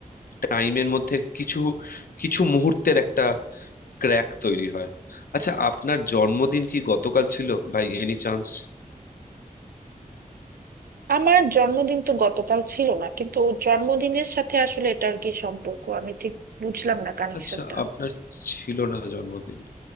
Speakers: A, on the left; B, on the right.
A: টাইমের মধ্যে কিছু কিছু মুহূর্তের একটা ক্র্যাক তৈরি হয় আচ্ছা আপনার জন্মদিন কি গতকাল ছিল ভাই এনি চান্স
B: আমার জন্মদিন তো গতকাল ছিল না কিন্তু জন্মদিনের সাথে আসলে এটার কি সম্পর্ক আমি ঠিক বুঝলাম না কানেকশনটা
A: আচ্ছা আপনার ছিল না জন্মদিন